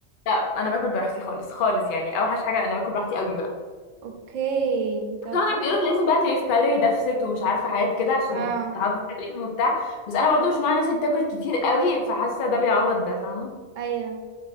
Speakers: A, on the left; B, on the right.
A: لا انا باكل براحتي خالص خالص يعني اوحش حاجه انا باكل براحتي قوي بقى
B: اوكي طب
A: هما
B: حلو
A: بيقولوا إن لازم بقى تبقي في كالوري ديفست ومش عارفه حاجات كده عشان
B: اه
A: تعرفي تتكلمي وبتاع بس انا برضو مش نوع الناس اللي بتاكل كتير قوي فحاسه ده بيعوض ده فاهمه
B: ايوه